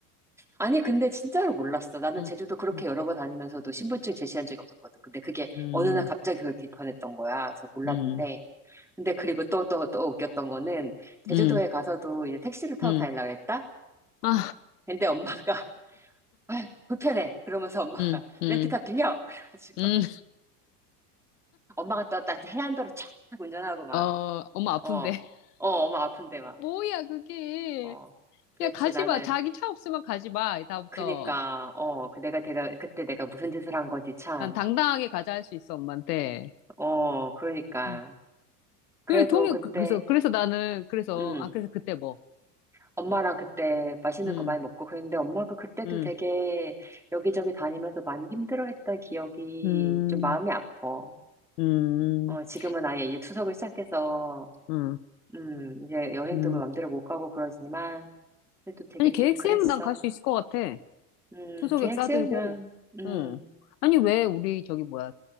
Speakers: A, in the centre; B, on the left.
A: 아니, 근데 진짜로 몰랐어. 나는
B: 응
A: 제주도 그렇게
B: 응
A: 여러 번 다니면서도 신분증 제시한 적이 없었거든. 근데 그게
B: 응
A: 어느 날 갑자기 그렇게 변했던 거야. 그래서 몰랐는데.
B: 응
A: 근데 그리고 또, 또, 또 웃겼던 거는 제주도에
B: 응
A: 가서도 이제 택시를 타고
B: 응.
A: 다니려고 그랬다?
B: 아,
A: 근데 엄마가, <laughs> 아 불편해. 그러면서 엄마가
B: 응 응
A: 렌트카 빌려! <laughs> 그래가지고.
B: 응
A: 엄마가 떴다. 해안도로 쫙 운전하고 막,
B: 어, 엄마 아픈데.
A: 어, 어,
B: <laughs>
A: 엄마 아픈데 막,
B: 뭐야, 그게.
A: 어. 도대체
B: 야, 가지
A: 나는,
B: 마. 자기 차 없으면 가지 마. 다음부터.
A: 그니까, 어, 그 내가, 내가, 그때 내가 무슨 짓을 한 거지, 참.
B: 난 당당하게 가자 할 수 있어, 엄마한테.
A: 어, 그러니까.
B: 응.
A: 그래도
B: 그 동의,
A: 그때,
B: 그- 그래서, 그래서 나는, 그래서,
A: 음
B: 아, 그래서 그때 뭐.
A: 엄마랑 그때 맛있는
B: 응
A: 거 많이 먹고 그랬는데 엄마가 그때도
B: 응
A: 되게 여기저기 다니면서 많이 힘들어했던 기억이
B: 응
A: 좀 마음이 아파.
B: 응
A: 어, 지금은 아예 이제 추석을 시작해서,
B: 응
A: 음, 이제 여행도
B: 응
A: 맘대로 못 가고 그러지만, 그래도 되게
B: 아니, 계획
A: 좀 그랬어.
B: 세우면 난갈 수 있을 것 같아.
A: 음,
B: 투석액
A: 계획
B: 싸들고.
A: 세우면, 음,
B: 응. 아니, 왜 우리 저기 뭐야.